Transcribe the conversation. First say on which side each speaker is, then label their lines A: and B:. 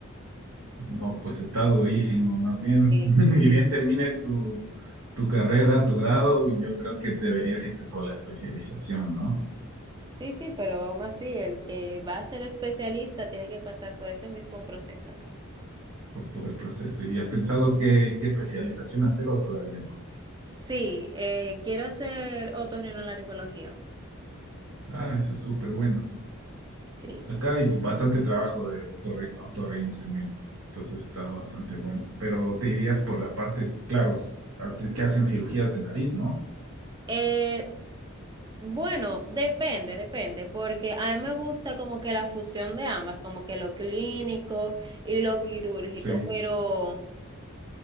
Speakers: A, on the right (about 70°); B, on the right (about 20°).
A: No, pues está durísimo, más bien,
B: Sí.
A: <laughs> ni bien termines tu, tu carrera, tu grado, y yo creo que deberías irte por la especialización, ¿no?
B: Sí, sí, pero aún así, el que va a ser especialista tiene que pasar por ese mismo proceso acá.
A: Por todo el proceso. ¿Y has pensado qué, qué especialización hacer o todavía no?
B: Sí, eh, quiero hacer otorrinolaringología.
A: Ah, eso es súper bueno.
B: Sí, sí.
A: Acá hay bastante trabajo de otorri- otorrinos también, entonces está bastante bueno. Pero te irías por la parte, claro, a ti que hacen cirugías de nariz, ¿no?
B: Eh, Bueno, depende, depende, porque a mí me gusta como que la fusión de ambas, como que lo clínico y lo quirúrgico,
A: Sí,
B: pero